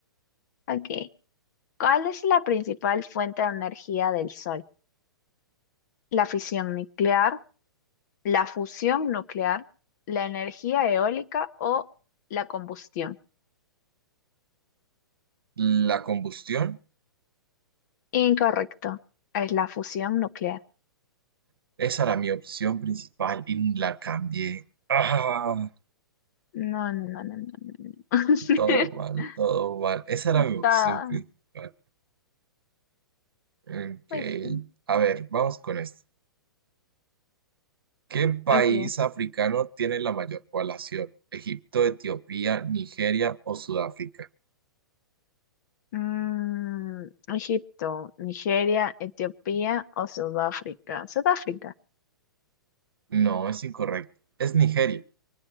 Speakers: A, on the left; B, on the right.
A: Ok, ¿cuál es la principal fuente de energía del Sol? ¿La fisión nuclear, la fusión nuclear, la energía eólica o la combustión.
B: La combustión,
A: Incorrecto. Es la fusión nuclear.
B: esa era mi opción principal y la cambié. Ah,
A: No, no, no, no, no, no. no.
B: todo mal,
A: <laughs>
B: todo mal. Esa
A: Está-
B: era mi opción principal. Ok,
A: Pues sí.
B: A ver, vamos con esto. ¿Qué país
A: Ok.
B: africano tiene la mayor población? ¿Egipto, Etiopía, Nigeria o Sudáfrica?
A: Mm, Egipto, Nigeria, Etiopía o Sudáfrica. Sudáfrica.
B: No, es incorrecto. Es Nigeria.